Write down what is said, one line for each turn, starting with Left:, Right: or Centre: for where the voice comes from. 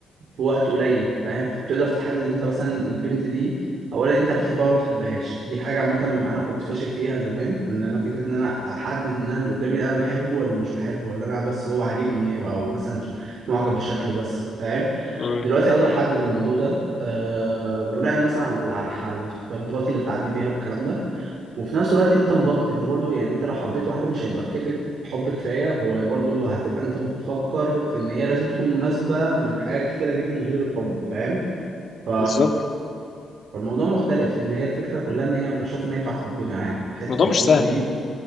Right: في وقت قليل فاهم فبتقدر تحدد انت مثلا البنت دي اولا انت بتحبها ولا ما بتحبهاش دي حاجه عامه انا كنت فاشل فيها زمان ان انا فكره ان انا احدد ان انا اللي قدامي ده انا بحبه ولا مش بحبه ولا انا بس هو عاجبني او مثلا ش- معجب بشكله بس فاهم
Left: امم
Right: دلوقتي اقدر احدد الموضوع ده أه بناء مثلا على على الح- الخبرات اللي بتعدي بيها والكلام ده وفي نفس الوقت انت نضجت انت برضو يعني انت لو حبيت واحده مش هيبقى فكره حب كفايه هو برضو هتبقى انت بتفكر في ان هي لازم تكون مناسبه من حاجات كتيره جدا غير الحب فاهم ف
Left: بالظبط
Right: فالموضوع مختلف ان هي الفكره كلها ان هي بشوف ان هي بتاعت ربنا يعني حته
Left: الموضوع
Right: الحب
Left: مش سهل
Right: دي
Left: يعني